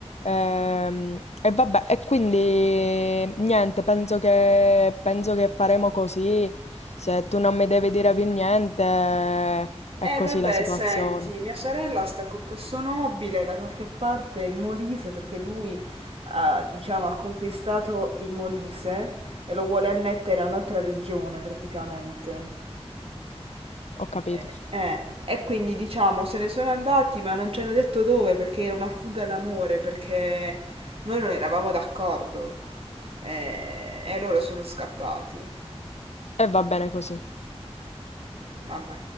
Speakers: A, on the left; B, on the right.
A: Ehm, e vabbè, e quindi niente, penso che, penso che faremo così. Se tu non mi devi dire più niente, è
B: Eh
A: così
B: vabbè,
A: la situazione.
B: senti, mia sorella sta con questo nobile da qualche parte in Molise perché lui ha, diciamo, ha conquistato il Molise e lo vuole annettere a un'altra regione praticamente.
A: Ho capito.
B: Eh, eh, E quindi diciamo se ne sono andati ma non ci hanno detto dove perché era una fuga d'amore perché noi non eravamo d'accordo Eh, e loro sono scappati.
A: E va bene così.
B: Vabbè.